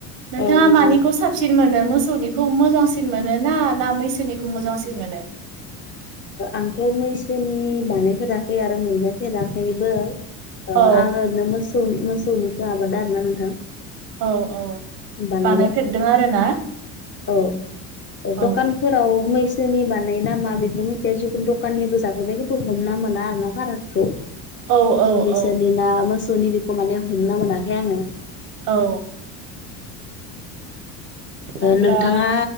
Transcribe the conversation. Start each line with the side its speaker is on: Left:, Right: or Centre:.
Right: नोंथाङा
Left: औ नंगौ
Right: मानिखौ स साबसिन मोनो मोसौनिखौ मोजांसिन मोनो ना ना मैसोनिखौ मोजांसिन मोनो
Left: आंथ' मैसोनि बानायफेराखै आरो मोनजाफेराखैबो
Right: औ
Left: आं ओरैनो मोसौनि मोसौनिखौ आबाद आर ना नोंथां
Right: औ औ
Left: बानाय
Right: बानायफेरदों आरो ना
Left: औ औ
Right: औ
Left: दखान फोराव मैसोनि बानाय नाामा बे आोंबो मिथिया जिखुनु दखाननिबो जफैबाय खिन्थु हमना मोना आरो ना भाराखौ
Right: औ औ
Left: बैसोनि
Right: औ
Left: ना मोसौनि बेखौ माने हमना मोनाखै आङो
Right: औ अब्ला
Left: नोंथाङा